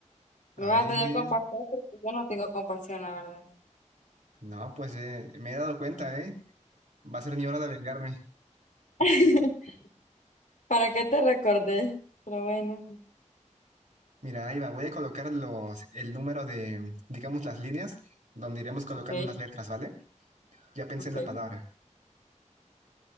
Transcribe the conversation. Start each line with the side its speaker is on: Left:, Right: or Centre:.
Right: A
Left: Me vas
Right: ver,
Left: a tener compasión porque yo no tengo compasión, la verdad.
Right: no, pues eh, me he dado cuenta, ¿eh? Va a ser mi hora de vengarme.
Left: <laughs> ¿Para qué te recordé? Pero bueno.
Right: Mira, ahí va, voy a colocar los, el número de, digamos, las líneas donde iremos colocando
Left: Ok,
Right: las letras, ¿vale? Ya pensé
Left: ok.
Right: en la palabra.